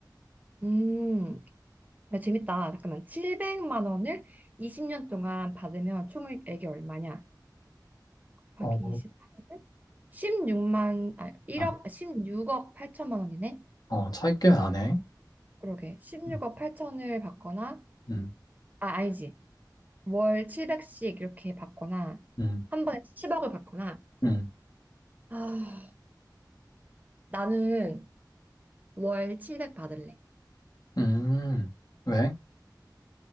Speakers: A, on the right; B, on the left.
A: 음. 야, 재밌다. 잠깐만. 700만 원을 20년 동안 받으면 총액이 얼마냐? 곱하기
B: 어,
A: 십8은 16만, 아, 일억
B: 아,
A: 십육억 8천만 원이네?
B: 어, 차이 꽤 나네.
A: 그러게. 16억
B: 음,
A: 8천을 받거나,
B: 음,
A: 아, 아니지. 월 700씩 이렇게 받거나
B: 음,
A: 한 번에 10억을 받거나
B: 음.
A: 아, 나는 월 700 받을래.
B: 음. 왜?